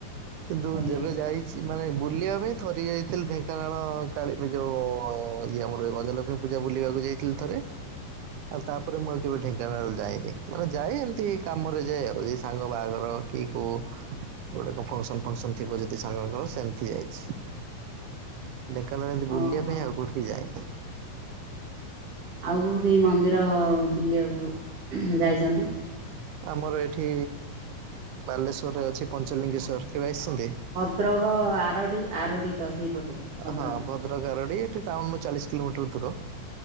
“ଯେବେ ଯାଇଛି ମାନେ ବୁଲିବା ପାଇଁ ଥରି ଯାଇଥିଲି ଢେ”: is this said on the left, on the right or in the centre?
Right